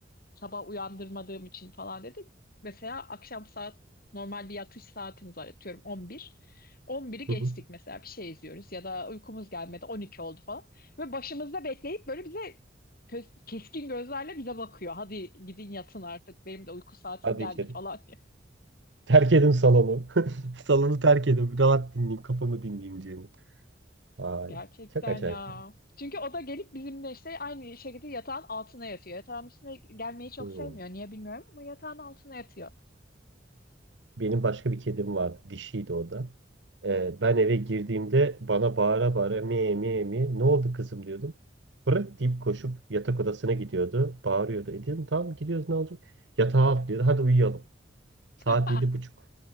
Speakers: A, on the left; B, on the right.
A: sabah uyandırmadığım için falan dedi. Mesela akşam saat normal bir yatış saatimiz var atıyorum 11. 11'i geçtik
B: Hı hı.
A: mesela bir şey izliyoruz ya da uykumuz gelmedi 12 oldu falan. Ve başımızda bekleyip böyle bize kö- keskin gözlerle bize bakıyor. Hadi gidin yatın artık benim de uyku saatim
B: Hadi
A: geldi
B: içeri.
A: falan diye.
B: Terk edin salonu. <laughs> Salonu terk edin. Rahat dinleyeyim, kafamı dinleyeyim diye. Ay,
A: Gerçekten
B: çok acayip.
A: ya.
B: yani.
A: Çünkü o da gelip bizimle işte aynı şekilde yatağın altına yatıyor. Yatağın üstüne gelmeyi çok
B: Hı.
A: sevmiyor. Niye bilmiyorum ama yatağın altına yatıyor.
B: Benim başka bir kedim vardı. Dişiydi o da. Ee, ben eve girdiğimde bana bağıra bağıra mi mi mi ne oldu kızım diyordum. Bırak deyip koşup yatak odasına gidiyordu. Bağırıyordu. E dedim tamam gidiyoruz ne olacak? Yatağa atlıyordu. Hadi uyuyalım.
A: <laughs>
B: Saat yedi buçuk.